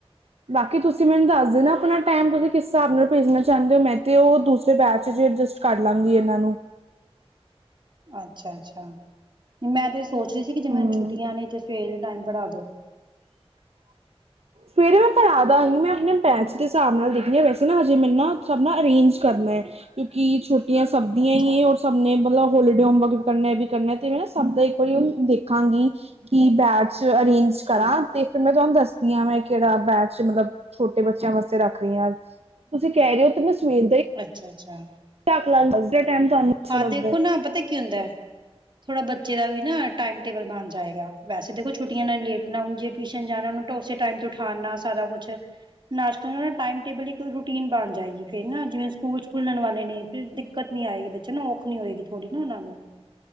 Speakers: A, on the right; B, on the right.
A: ਬਾਕੀ ਤੁਸੀਂ ਮੈਨੂੰ ਦੱਸ ਦੇਨਾ ਆਪਣਾ ਟਾਈਮ ਤੁਸੀਂ ਕਿਸ ਹਿਸਾਬ ਨਾਲ ਭੇਜਣਾ ਚਾਹੁੰਦੇ ਹੋ ਮੈਂ ਤੇ ਉਹ ਦੂਸਰੇ ਬੈਚ ਜ ਅਡਜਸਟ ਕਰ ਲਾਂਗੀ ਇਹਨਾਂ ਨੂੰ
B: ਅੱਛਾ -ਅੱਛਾ ਮੈਂ ਤੇ ਇਹ ਸੋਚ ਰਹੀ ਸੀ, ਕਿ ਜੇ
A: ਹਮ
B: ਮੈਨੂੰ ਛੁੱਟੀਆਂ ਨੇ ਤੇ ਸਵੇਰ ਦੇ ਟਾਈਮ ਪੜ੍ਹਾ ਦੋ
A: ਸਵੇਰੇ ਮੈਂ ਪੜਾ ਦਾਂਗੀ, ਮੈਂ ਆਪਣੇ ਬੈਚ ਦੇ ਹਿਸਾਬ ਨਾਲ ਦੇਖਦੀ ਹਾਂ, ਵੈਸੇ ਨਾ ਹਜੇ ਮੈਰੇ ਨਾ ਸਬ ਨਾ ਅਰੇਂਜ ਕਰਨਾ ਹੈ। ਕਿਉਂਕਿ ਛੋਟ ਸਭਦੀਆਂ
B: ਅੱਛਾ,
A: ਹੀ ਰ ਸਭ ਨੇ ਮਤਲਬ ਹੋਲੀਡੇ ਹੋਮਵਰਕ ਵੀ ਕਰਨਾ, ਵੀ ਕਰਨਾ ਤੇ ਮੈਂ ਨਾ ਸਭ ਦਾ ਇੱਕ ਵਾਰੀ ਦੇਖ ਦੇਖਾਂਗੀ ਕਿ ਬੈਚ ਅਰੇਂਜ ਕਰਾਂ, ਤੇ ਫਿਰ ਮੈਂ ਤੁਹਾਨੂੰ ਦੱਸ ਮੈਂ ਕਿਹੜਾ ਬੈਚ, ਮਤਲਬ ਛੋਟੇ ਬੱਚਿਆਂ ਵਾਸਤੇ ਰੱਖ ਰਹੀ ਹਾਂ, ਤੁਸੀਂ ਕਹਿ ਰਹੇ ਹੋ ਤੇ ਮੈਂ <unintelligible> ਹੀ
B: ਅੱਛਾ-ਅੱਛਾ
A: ਲੱਗਦਾ ਟਾਈਮ ਤੁਹਾਨੂੰ ਅੱਛਾ
B: ਹਾਂ ਦੇਖੋ
A: ਲੱਗਦਾ ਹੈ
B: ਨਾ, ਪਤਾ ਕੀ ਹੁੰਦਾ, ਥੋੜਾ ਬੱਚੇ ਦਾ ਵੀ ਨਾ ਟਾਈਮ ਟੇਬਲ ਬਣ ਜਾਏਗਾ। ਵੈਸੇ ਦੇਖੋ ਛੁੱਟੀਆਂ ਨਾਲ ਲੇਟ ਨਾ ਹੁਣ ਜੇ ਟਿਊਸ਼ਨ ਜਾਣਾ, ਤਾਂ ਉਸੇ ਟਾਈਮ ਤੋਂ ਉਠਾਣ ਨਾਲ ਸਾਰਾ ਕੁਛ ਨਾਸ਼ਤਾ ਨਾ ਟਾਈਮ ਟੇਬਲ ਇੱਕ ਰੂਟੀਨ ਬਣ ਜਾਏਗੀ, ਫਿਰ ਨਾ ਜਿਵੇਂ ਸਕੂਲ ਖੁਲਣ ਵਾਲੇ ਨੇ, ਫਿਰ ਦਿੱਕਤ ਨਹੀਂ ਆਏਗੀ ਬ ਚ ਨ ਔਖ ਨੀ ਹੋਏਗੀ। ਥੋੜ੍ਹੀ ਨਾ ਉਹਨਾਂ ਨੂੰ